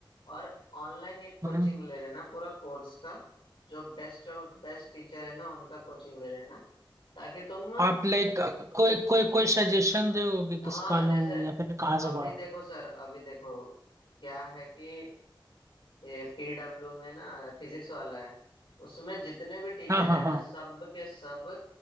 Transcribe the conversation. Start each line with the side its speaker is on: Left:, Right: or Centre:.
Left: और ऑनलाइन एक कोचिंग
Right: हम्म।
Left: ले लेना पूरा कोर्स का जो बेस्ट ऑफ बेस्ट टीचर है ना उनका कोचिंग ले लेना ताकि तुम
Right: आप लाइक कोई कोई कोई सजेशन दोगे
Left: हाँ
Right: किसका
Left: जैसे
Right: लूं या फिर कहाँ
Left: अभी
Right: से पढ़ूं
Left: देखो सर अभी देखो क्या है कि ये पीडब्ल्यू में ना फिजिक्स वाला है उसमें जितने भी टीचर
Right: हाँ हाँ
Left: है
Right: हाँ
Left: ना सब के सब